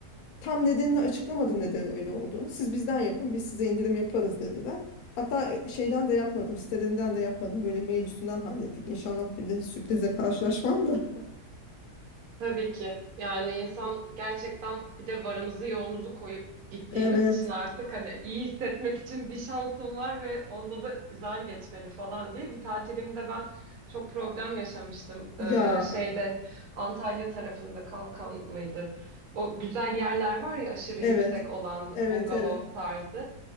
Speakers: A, on the left; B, on the right.
A: tam nedenini açıklamadı neden öyle olduğunu. Siz bizden yapın biz size indirim yaparız dediler. Hatta şeyden de yapmadım, sitelerinden de yapmadım. Böyle mail üstünden hallettik. İnşallah bir de sürprize karşılaşmam da. <laughs>
B: Tabii ki. Yani insan gerçekten bir de varımızı yoğumuzu koyup gittiğimiz
A: Evet.
B: için artık hani iyi hissetmek için bir şansım var ve onda da güzel geçmeli falan diye. Bir tatilimde ben çok problem yaşamıştım.
A: Ya.
B: Ee, şeyde Antalya tarafında Kalkan mıydı? O güzel yerler var ya aşırı
A: Evet.
B: yüksek olan
A: Evet,
B: bungalov
A: evet.
B: tarzı.